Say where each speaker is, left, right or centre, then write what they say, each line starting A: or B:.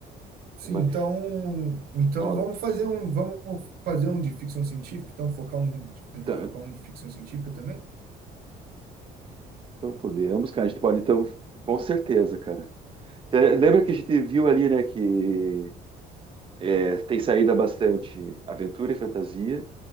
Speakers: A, on the right (about 65°); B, on the right (about 30°).
A: Sim,
B: Mas,
A: então, então
B: ó,
A: vamos fazer um, vamos fazer um de ficção científica, então focar um, tentar
B: tá-
A: focar um de ficção científica também.
B: então podemos, cara. A gente pode, então, com certeza, cara. Cê Lembra que a gente viu ali, né, que É, tem saída bastante aventura e fantasia,